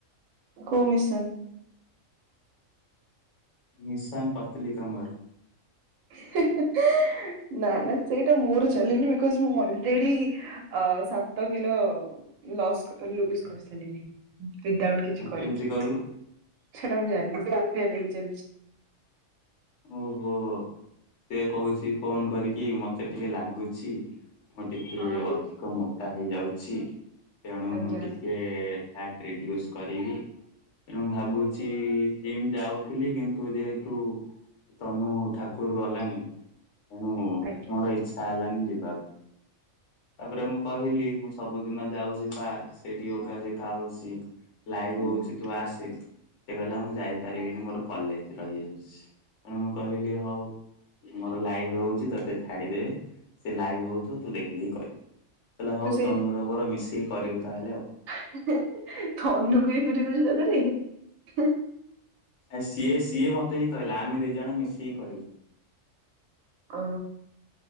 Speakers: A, on the right (about 75°); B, on the left (about 65°).
A: କୋଉ ମିଶନ୍?
B: ମିଶନ୍ ପତ୍ଲି କମର୍।
A: ହେ ହେ ହେ ନା ନା ସେଇଟା ମୋର ଚାଲେନି ବିକଜ୍ ମୁଁ ଅଲ୍ରେଡି ଅ ସାତ କିିଲ ଲସ୍ ଲୁଜ୍ କରିସାରିଲିଣି। ୱିଦ୍ଆଉଟ୍ କିଛି କରିକି,
B: କେମିତି କଲୁ?
A: ସେଟା ମୁଁ ଜାଣିନି ସେ ଆପେଆପେ ହେଇଚାଲିଚି।
B: ଓହୋ, ସେ କହୁଛି ଫୋନ୍ କରିକି ମତେ ଟିକେ ଲାଗୁଚି ମୁଁ ଟିକେ
A: ହଁ
B: ଅଧିକ ମୋଟା ହେଇଯାଉଛି, ତେଣୁ
A: ଆଜ୍ଞା
B: ମୁଁ ଟିକେ ଫ୍ୟାଟ୍ ରିଡ୍ୟୁସ୍ କରିବି। ତେଣୁ ଭାବୁଛି ଜିମ୍ ଯାଉଥିଲି କିନ୍ତୁ ଯେହେତୁ ତନୁ ଠାକୁର୍ ଗଲାନି ତେଣୁ ମୋର
A: ଆଜ୍ଞା।
B: ଇଚ୍ଛା ହେଲାନି ଯିବାକୁ। ତାପରେ ମୁଁ କହିଲି ମୁଁ ସବୁଦିନ ଯାଉଛି ପାର୍କ। ସେଇଠି ୟୋଗା ସିଖା ହଉଛି। ଲାଇଭ୍
A: ହୁଁ
B: ହଉଛି ତୁ ଆସେ, ସେ କଇଲା ମୁଁ ଯାଇପାରିବିନି ମୋର କଲେଜ୍ ରହିଯାଉଛି। ତେଣୁ ମୁଁ କହିଲି ହଉ। ମୋର ଲାଇଭ୍ ହଉଛି ତତେ ଛାଡିଦେବି ସେ ଲାଇଭ୍ ହଉଥିବ ତୁ ଦେଖି ଦେଇ କହିବୁ। କହିଲା ହଉ
A: ତୁ
B: ତନୁର ମୋର ମିଶିକି କରିବୁ ତାହେଲେ ଆଉ।
A: ହେ ହେ ହେ ତନୁକୁ ବିି ପୁରେଇଦଉଚ ତା ଦେରେ ହେ ହେ।
B: ଆ ସିଏ ସିଏ ମତେ ହିଁ କହିଲା ଆମେ ଦି ଜଣ ମିଶିକି କରିବୁ।
A: ଅ